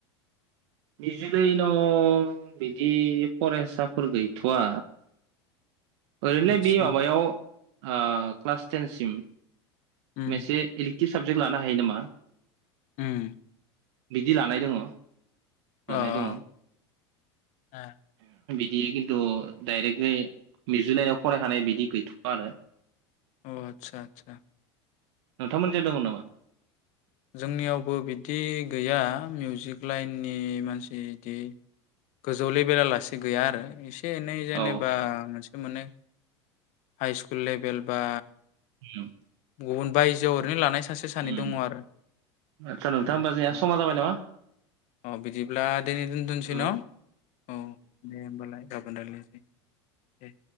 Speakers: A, on the right; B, on the left.
A: मिउजिक लायनाव बिदि फरायसाफोर गैथवा ओरैलाय
B: आदसा
A: बे माबायाव ओ क्लास टेनसिम
B: उम
A: मेसे इल थि साबजेक्ट लानो हायो नामा?
B: उम।
A: बिदि लानाय दङ।
B: ओ
A: लानाय
B: ओ
A: दङ
B: ए।
A: इदि खिन्थु डाइरेक्टलि मिउजिक लाइनाव फरायखानाय बिदि गैथवआ आरो।
B: अ आतसा आतसा।
A: नोंथांमोनजों दङ नामा?
B: जोंनियावबो बिदि गैया मिउजिक लाइननि मानसि इदि गोजौ लेभेलालासे गैया आरो इसे इसे -एनै जेनेबा
A: औ
B: <unintelligible> मोनै हाइ स्कुल लेभेल बा
A: औ।
B: गुबुन बायजोआव ओरै लानाय <unintelligible>
A: उम
B: दङ आरो
A: आतसा नोंथां
B: उम
A: होमबा जोंहा
B: दे।
A: समा जाबाय नामा?
B: अ बिदिब्ला दिनै दोनथ'नोसै
A: औ
B: न औ दे होमबालाय गाबोन रायलायनो दे।